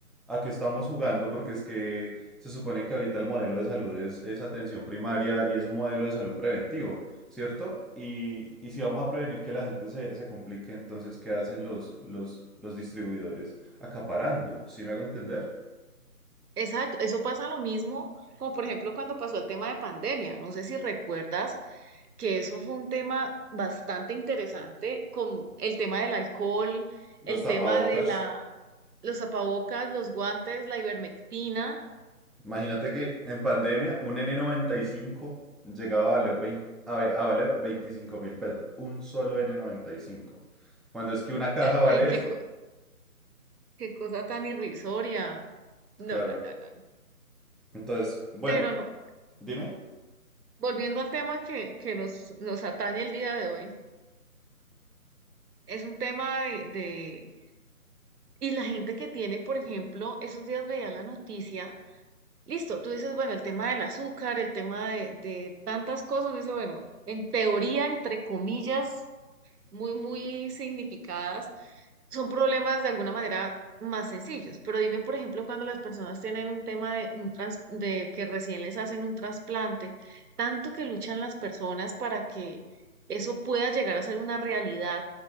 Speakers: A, in the centre; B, on the right.
A: ¿a qué estamos jugando? Porque es que se supone que ahorita el modelo de salud es, es atención primaria y es un modelo de salud preventivo, ¿cierto? Y, y si vamos a prevenir que la gente se, se complique, entonces, ¿qué hacen los, los, los distribuidores? acaparando, ¿sí me hago entender?
B: Exacto. Eso pasa lo mismo, como por ejemplo cuando pasó el tema de pandemia. No sé si recuerdas que eso fue un tema bastante interesante con el tema del alcohol,
A: Los
B: el
A: tapabocas.
B: tema de la, los tapabocas, los guantes, la ivermectina.
A: Imagínate que en pandemia un N95 llegaba a valer 20, a ve- a valer veinticinco mil pesos, un solo N95. Cuando es que una caja vale
B: Ay, qué,
A: eso,
B: co- qué cosa tan irrisoria. No,
A: claro.
B: no, no, no. no.
A: Entonces, bueno,
B: Pero no,
A: dime,
B: volviendo al tema que, que nos, nos atañe el día de hoy, es un tema de, de Y la gente que tiene, por ejemplo, esos días veía la noticia, listo, tú dices, bueno, el tema del azúcar, el tema de, de tantas cosas, dice, bueno, en teoría, entre comillas, muy, muy significadas, son problemas de alguna manera más sencillos. Pero dime, por ejemplo, cuando las personas tienen un tema de, un trans- de que recién les hacen un trasplante, tanto que luchan las personas para que eso pueda llegar a ser una realidad,